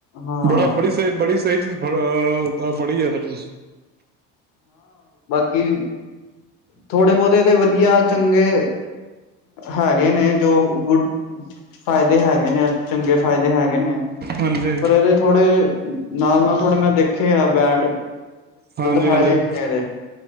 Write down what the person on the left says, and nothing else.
ਹਾਂ
ਕਿ ਥੋੜੇ ਬਹੁਤੇਦੇ ਵਧੀਆ ਚੰਗੇ ਹੈਗੇ ਨੇ ਜੋ ਗੁੱਡ ਫਾਇਦੇ ਹੈਗੇ ਨੇ ਚੰਗੇ ਫਾਇਦੇ ਹੈਗੇ ਨੇ
ਪਰ ਇਹਦੇ ਥੋੜੇ ਨਾਲ ਨਾਲ ਥੋੜੇ ਮੈਂ ਦੇਖ ਖੇ ਆ ਬੈਡ
ਫਾਇਦੇ
ਵੀ ਨੇ ਇਹਦੇ